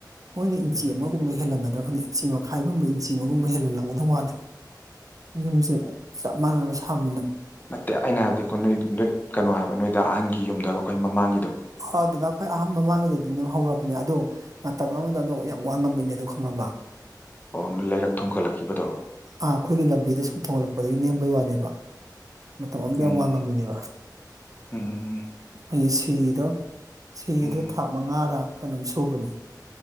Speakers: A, on the right; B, on the left.
A: ꯃꯣꯏꯅ ꯏꯟꯆꯤ
B: ꯎꯝ
A: ꯑꯃꯒꯨꯝꯕ ꯍꯦꯜꯂꯒꯗ ꯈꯪ ꯏꯟꯆꯤ ꯃꯈꯥꯏꯒꯨꯝꯕ ꯏꯟꯆꯤ ꯑꯃꯒꯨꯝꯕ ꯍꯦꯜꯟꯅ ꯂꯪꯒꯗꯧ ꯃꯥꯜꯂꯦ ꯌꯨꯝꯁꯦ ꯆꯞ ꯃꯥꯟꯅꯅ ꯁꯥꯕ
B: ꯅꯠꯇꯦ ꯑꯩꯅ ꯍꯥꯏꯕꯗꯤ ꯑꯩꯣꯏ ꯅ ꯅ ꯀꯩꯅꯣ ꯍꯥꯏꯕ ꯅꯣꯏꯗ ꯑꯍꯟꯒꯤ ꯌꯨꯝꯗ ꯍꯥꯏꯕ ꯑꯩꯣꯏ ꯃꯃꯥꯡꯒꯤꯗꯣ
A: ꯑ ꯑꯗꯨꯗ ꯑꯩꯈꯣꯏ ꯑꯍꯥꯟꯕ ꯃꯃꯥꯡꯒꯤꯗꯗꯤ ꯅ ꯍꯧꯔꯕꯅꯦ ꯑꯗꯣ ꯃꯇꯝ ꯑꯃꯗ ꯑꯗꯣ ꯌꯥꯝ ꯋꯥꯡꯉꯝꯃꯤꯅꯦ ꯑꯗꯣ ꯈꯪꯉꯕ
B: ꯑꯣ ꯂꯩꯔꯛ ꯊꯣꯡꯒꯠꯂꯛꯈꯤꯕꯗꯣ
A: ꯑ ꯑꯩꯈꯣꯏꯒꯤ ꯂꯝꯕꯤꯗ ꯁꯨꯝ ꯊꯣꯡꯍꯠꯂꯛꯄꯗꯒꯤ ꯅꯦꯝꯕꯩ ꯋꯥꯅꯦꯕ ꯃꯇꯝ ꯑꯗ
B: ꯎꯝ
A: ꯌꯥꯝ ꯋꯥꯡꯉꯝꯃꯤꯅꯦꯕ
B: ꯎꯝ
A: ꯑꯩ ꯁꯤꯗꯣ ꯁꯤꯗꯣ
B: ꯎꯝ
A: ꯊꯥꯛ ꯃꯉꯥꯔ ꯀꯩꯅꯣꯝ ꯁꯨꯕꯅꯤ